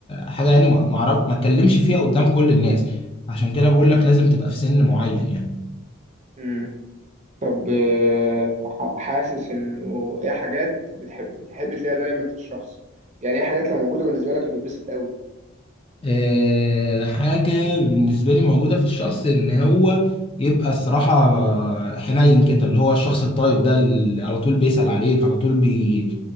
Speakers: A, on the left (about 25°); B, on the right (about 35°).
A: حاجه يعني ما ما اعرف ما اتكلمش فيها قدام كل الناس عشان كده بقول لك لازم تبقى في سن معين يعني
B: واحد طب آه، ح- حاسس انه ايه حاجات بتحب تحب تلاقيها دايما في الشخص يعني ايه حاجات لو موجوده بالنسبه لك هتتبسط قوي
A: آه، حاجة بالنسبة لي موجودة في الشخص إن هو يبقى الصراحة حنين كده اللي هو الشخص الطيب ده اللي على طول بيسأل عليك على طول بي